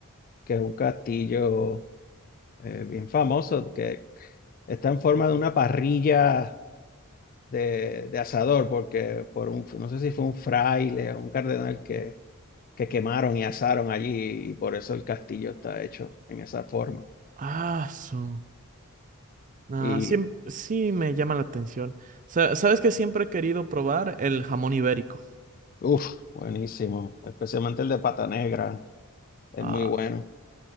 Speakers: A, on the left; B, on the right.
A: que es un castillo eh, bien famoso, que está en forma de una parrilla de, de asador, porque por un, no sé si fue un fraile o un cardenal que, que quemaron y asaron allí, y por eso el castillo está hecho en esa forma.
B: Ah, su. Ah,
A: Y,
B: sí, sí me llama la atención. Sa- ¿Sabes que siempre he querido probar el jamón ibérico?
A: uff, buenísimo, especialmente el de Pata Negra. Es
B: Ah,
A: muy bueno.